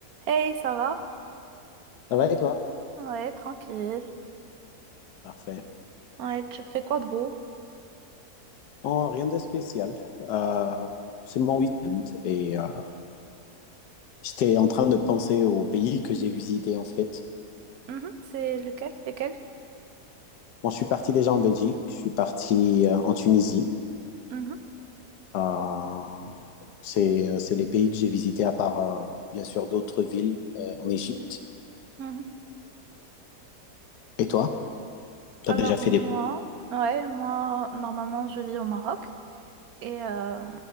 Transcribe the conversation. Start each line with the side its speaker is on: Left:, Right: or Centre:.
Right: Hey, ça va?
Left: Ça va et toi?
Right: Ouais, tranquille.
Left: Parfait.
Right: Ouais, tu fais quoi de beau?
Left: Oh, rien de spécial. Euh, c'est mon week-end et euh, j'étais en train de penser aux pays que j'ai visités en fait.
Right: Mhm, c'est lequel? Lequel?
Left: Bon, je suis parti déjà en Belgique, je suis parti euh, en Tunisie.
Right: Mhm,
Left: Euh, c'est, euh, c'est les pays que j'ai visités à part euh, bien sûr d'autres villes euh, en Égypte.
Right: mhm.
Left: Et toi? Tu
Right: Alors
Left: as déjà
Right: moi,
Left: fait des...
Right: ouais, moi, normalement, je vis au Maroc et euh,